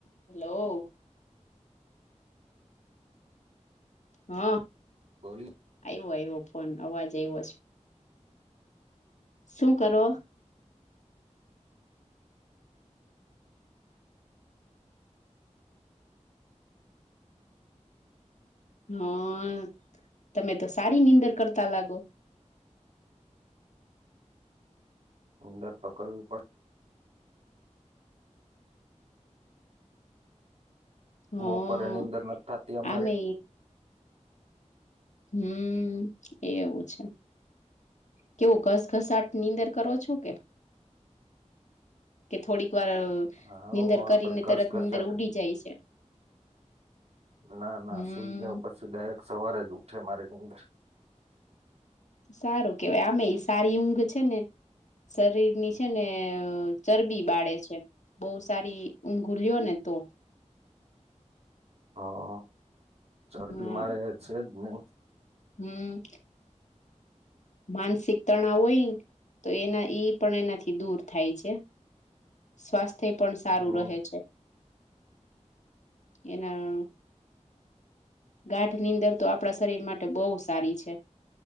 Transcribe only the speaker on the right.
બોલી
ઉંદર તો પડ
બપોરે એની અંદર નથી થતી અમારે.
હા
આપડે ઘસઘસાટ
ના ના
સુઈ જઓ પછી ડાયરેક સવારે જ ઉઠે મારીની અંદર.
હા, ચરબીમારે
છે જ નહી.
હમ